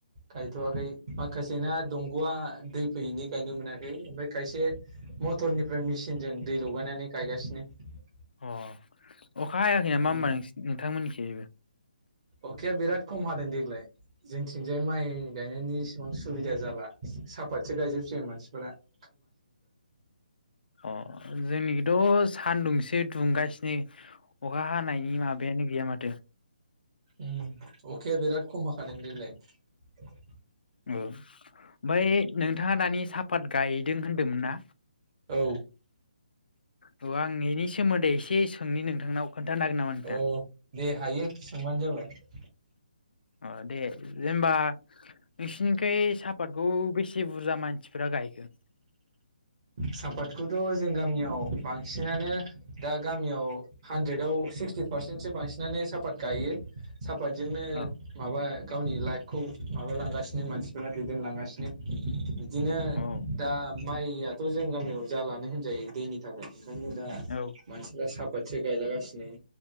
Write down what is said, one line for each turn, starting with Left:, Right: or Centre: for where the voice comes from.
Right: गायथवाखै माखासेना दंगआ दै फैयैनि गायनो मोनाखै ओमफाय खायसे मटरनिफ्राय मेसिनजों दै लगायनानै गायगासिनो ।
Left: अ अखा हाखै नामा
Right: उम
Left: होमबा नोंसिनिथिं? नोंथांमोननि थिंजायबो
Right: अखाया बिराद खम हादों देग्लाय । जोंथिंजाय माइ गायनायनिस उम सुबिदा जाला साफातसो गायजोबसिगोन मानसिफोरा ।
Left: अ जोंनिखैथ सानदुंसे दुंगासिनो अखा हानायनि माबायानो गैया माथो ।
Right: उं अखाया बिराद खम हादों देग्लाय ।
Left: ओ बै नोंथाङा दानि साफात गाय दों होनदों मोनना?
Right: औ
Left: औ आं इनि सोमोन्दै एसे सोंनि नोंथांनाव खोन्थानो हागोन नामा नोंथां
Right: अ दे हायो सोंबानो जाबाय ।
Left: आ दे जेमबा नोंसिनिखै सापातखौ बेसे बुरजा मानसिफ्रा गायगोन?
Right: सापातखौथ' जों गामियाव बांसिनानो दा गामियाव हानद्रेडआव सिक्सटि पारसेन्टसो बांसिनानो सापात गायो । सापातजोंनो
Left: औ
Right: माबा गावनि लाइफखौ माबालांगासिनो मानसिफोरा दैदेनलांगासिनो। बिदिनो दा
Left: औ
Right: माइ या थ' जों गामियाव जालानो होनजायो दैनि थाखाय । ओंखायनो दा
Left: औ
Right: मानसिफ्रा साफ फाद गायलागासिनो